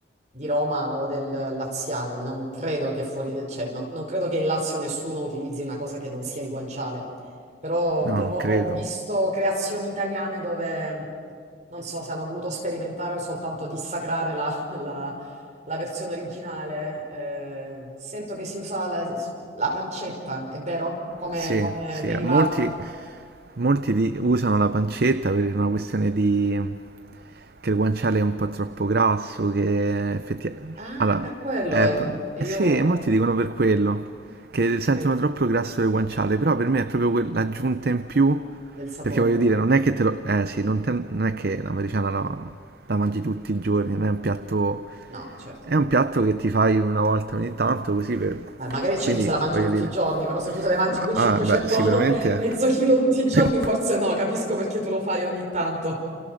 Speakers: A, on the right (about 40°); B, on the right (about 55°).
A: di Roma o del Laziale. Non credo che fuori, cioè, non, non credo che in Lazio nessuno utilizzi una cosa che non sia il guanciale. Però
B: No,
A: vi- ho,
B: non
A: ho
B: credo.
A: visto creazioni italiane dove non so se hanno voluto sperimentare o soltanto dissacrare la, <laughs> la la versione originale, eh, sento che si usa la, la pancetta, è vero? Come,
B: Sì,
A: come
B: sì,
A: derivato?
B: molti... Molti di- usano la pancetta per una questione di che il guanciale è un po' troppo grasso, che effettivamente...
A: Ah,
B: Allora,
A: per quello,
B: è
A: eh?
B: pro-
A: Io...
B: eh sì, molti dicono per quello, che
A: ok,
B: sentono troppo grasso il guanciale, però per me è proprio quel- l'aggiunta in più,
A: Del sapore.
B: perché voglio dire, non è che te lo... Eh sì, non, te- non è che l'americana la, la mangi tutti i giorni, non è un piatto...
A: No, certo.
B: È un piatto che ti fai una volta ogni tanto, così per...
A: Beh, magari c'è
B: Quindi,
A: chi se la mangia
B: voglio
A: tutti
B: dire...
A: i giorni, però se tu te ne mangi
B: no,
A: quei
B: ah,
A: 500
B: beh, sicuramente...
A: <laughs> mezzo chilo tutti i giorni,
B: <laughs>
A: forse no, capisco perché tu lo fai ogni tanto.